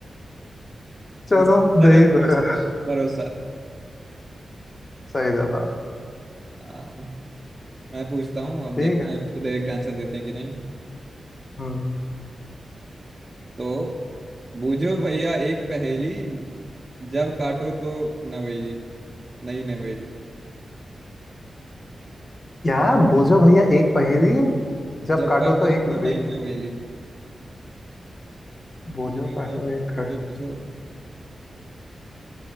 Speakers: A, on the left (about 30°); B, on the right (about 20°).
A: चलो
B: इस तरह
A: दे ही
B: भरोसा
A: दो यार।
B: भरोसा।
A: सही जवाब
B: हाँ, मैं पूछता हूँ अब
A: ठीक
B: देखना
A: है
B: है डायरेक्ट आंसर देते हैं कि नहीं
A: हम्म
B: तो बूझो भैया एक पहेली जब काटो तो नवेली नई नवेली
A: क्या बोझो भैया एक पहेली जब
B: जब
A: काटो
B: काटो
A: तो एक
B: तो
A: नवेदी
B: नई नवेली
A: बोझो
B: जो
A: काटो एक है
B: जो पूछो